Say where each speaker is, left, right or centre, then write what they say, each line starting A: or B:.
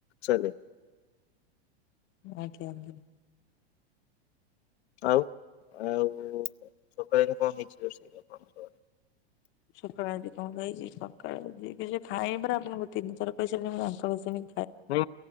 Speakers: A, on the left (about 75°); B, on the left (about 35°).
A: ଚାଲେ
B: ଆଜ୍ଞା ଆଜ୍ଞା।
A: ଆଉ, ଆଉ ସକାଳେ କଣ ହେଇଚି ରୋଷେଇ ଆପଣଙ୍କର?
B: ସକାଳେ ଆଜି କଣ ଖାଇଚି, ସକାଳେ ଆଜି କିଛି ଖାଇନି ପରା ଆପଣଙ୍କୁ ତିନିଥର କହିସାରିଲିଣି ମୁଁ ଦାନ୍ତଘଷିନି।
A: ହୁଁ,